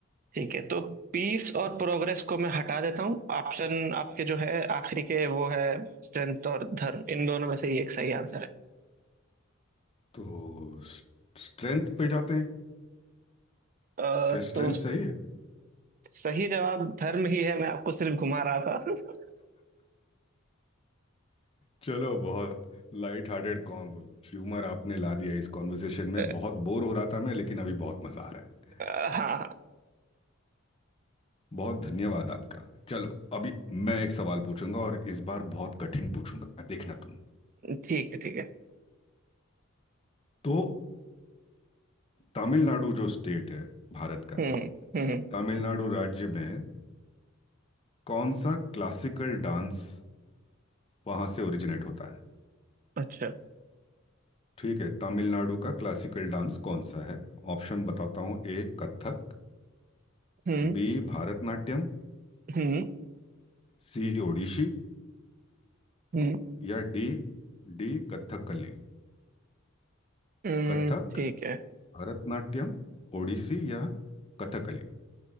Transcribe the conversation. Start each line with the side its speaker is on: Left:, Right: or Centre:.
Right: ठीक है तो पीस और प्रोग्रेस को मैं हटा देता हूँ ऑप्शन आपके जो है आखिरी के वो है स्ट्रेंथ और धर्म इन दोनों में से ही एक सही आंसर है
Left: तो स्ट्रेंथ पे जाते हैं
Right: अ,
Left: क्या स्ट्रेंथ
Right: तो
Left: सही है
Right: सही जवाब धर्म ही है मैं आपको सिर्फ घुमा रहा था
Left: चलो बहुत लाइट हार्टेड कॉम ह्यूमर आपने ला दिया इस कॉन्वर्सेशन
Right: अ,
Left: में बहुत बोर हो रहा था मैं लेकिन अभी बहुत मज़ा आ रहा है
Right: हाँ
Left: बहुत धन्यवाद आपका चलो अभी मैं एक सवाल पूछूंगा और इस बार बहुत कठिन पूछूंगा देखना तुम
Right: ठीक है ठीक है
Left: तो तमिलनाडु जो स्टेट है भारत का
Right: हम्म हम्म
Left: तमिलनाडु राज्य में कौन सा क्लासिकल डांस वहाँ से ओरिजिनेट होता है
Right: अच्छा
Left: ठीक है तमिलनाडु का क्लासिकल डांस कौन सा है ऑप्शन बताता हूँ A Kathak
Right: हम्म
Left: B Bharatanatyam
Right: हम्म
Left: C Odissi
Right: हम्म
Left: या डी डी कथकली
Right: हम्म,
Left: कथक
Right: ठीक है
Left: भरतनाट्यम ओडिसी या कथकली